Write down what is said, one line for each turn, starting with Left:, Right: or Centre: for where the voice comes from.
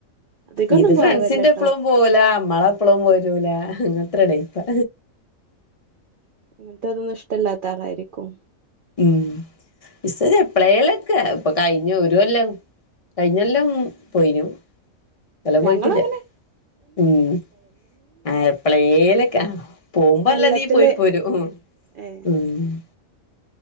Right: അധികൊന്നും
Left: ഇത്
Right: പോവല്ലട്ടോ
Left: ഫ്രണ്ട്സിന്റെ എപ്പളും പോലാ നമ്മളെപ്പളും വരൂല അങ്ങനത്രടേ ടൈപ്പാ
Right: അങ്ങനത്തെ അതൊന്നും ഇഷ്ടല്ലാത്ത ആളായിരിക്കും.
Left: ഉം ഇസ എപ്പെളേലൊക്കെ ഇപ്പൊ കഴിഞ്ഞു ഒരു കൊല്ലം കഴിഞ്ഞ ല്ലം പോയിനു. ഇക്കൊല്ലം
Right: ഞങ്ങള്
Left: പോയിട്ടില്ല
Right: അങ്ങനെ
Left: ഉം ആഹ് പ്ലേനൊക്കെ പോകുമ്പോ
Right: കൊല്ലത്തില്
Left: അല്ലാതീ പോയ് പോരും.
Right: ഏ
Left: ഉം